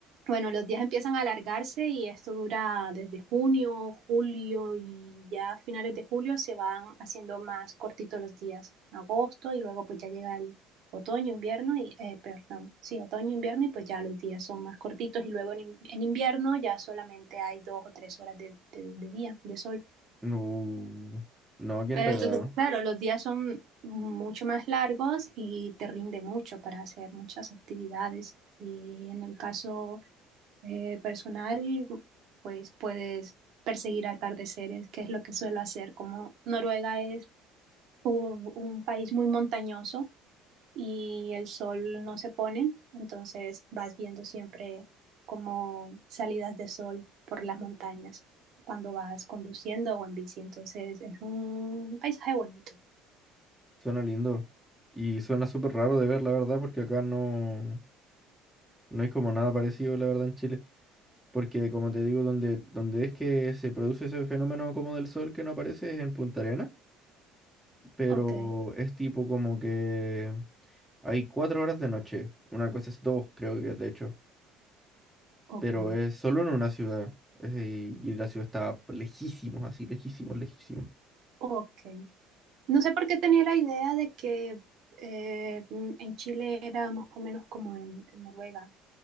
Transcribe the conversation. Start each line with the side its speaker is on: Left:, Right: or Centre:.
Right: bueno, los días empiezan a alargarse y esto dura desde junio, julio y ya a finales de julio se van haciendo más cortitos los días, agosto y luego pues ya llega el otoño, invierno y, eh, perdón, sí, otoño, invierno y pues ya los días son más cortitos y luego en, in- en invierno ya solamente hay dos o tres horas de, de- de día, de sol.
Centre: Uh, no, qué
Right: Pero
Centre: enredado.
Right: entonces, claro, los días son mucho más largos y te rinde mucho para hacer muchas actividades. Y en el caso eh, personal, pues puedes perseguir atardeceres, que es lo que suelo hacer. Como Noruega es u- un país muy montañoso y el sol no se pone, entonces vas viendo siempre como salidas de sol por las montañas cuando vas conduciendo o en bici. Entonces es un paisaje bonito.
Centre: Suena lindo. Y suena súper raro de ver, la verdad, porque acá no, no hay como nada parecido, la verdad, en Chile. Porque, como te digo, donde, donde es que se produce ese fenómeno como del sol que no aparece es en Punta Arenas. Pero
Right: Ok,
Centre: es tipo como que hay cuatro horas de noche. Una cosa es dos, creo que es de hecho.
Right: ok,
Centre: Pero es solo en una ciudad. Es- y y la ciudad está lejísimos, así, lejísimos, lejísimos.
Right: ok. No sé por qué tenía la idea de que eh, mm, en Chile era más o menos como en, en Noruega.